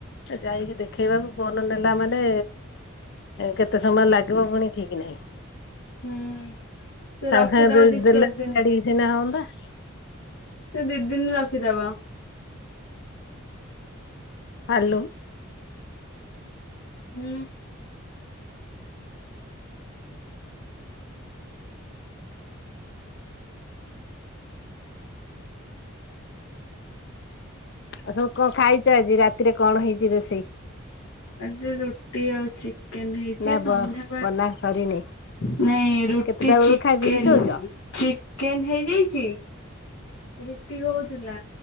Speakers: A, on the left; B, on the left.
A: ଯାଇକି ଦେଖେଇବାକୁ ଫୋନ ନେଲା ମାନେ କେତେ ସମୟ ଲାଗିବ ପୁଣି ଠିକ ନାହିଁ।
B: ହୁଁ ସେ
A: ସାଙ୍ଗେ
B: ରଖିଦବ
A: ସାଙ୍ଗେ
B: ଦି
A: ଦେଲେ
B: ଚାରି ଦିନ ପାଇଁ।
A: <unintelligible>
B: ସେ ଦି ଦିନ ରଖିଦବ।
A: ହାଲୋ।
B: ହୁଁ।
A: ଆଉ ସବୁ କଣ ଖାଇଛ ଆଜି ରାତିରେ କଣ ହେଇଛି ରୋଷେଇ।
B: ରାତିରେ ରୁଟି ଆଉ ଚ ଚେ ହେଇଛି
A: ନା
B: ସନ୍ଧ୍ୟାବେଳେ
A: ବ ବନା ସରିନି
B: ନାଇଁ ରୁଟି
A: କେତେଟା ବେଳକୁ
B: ଚିକେନ।
A: ଖାଇ ପିଇକି ଶୋଉଛ?
B: ଚିକେନ ହେଇଯାଇଛି। ରୁଟି ହଉଥିଲା।